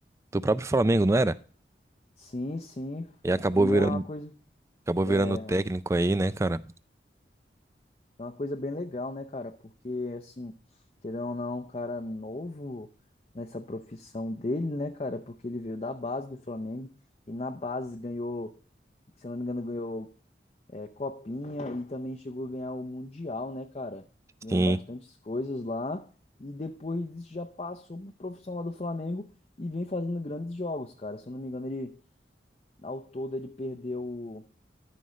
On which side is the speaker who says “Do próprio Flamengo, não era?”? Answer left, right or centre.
Right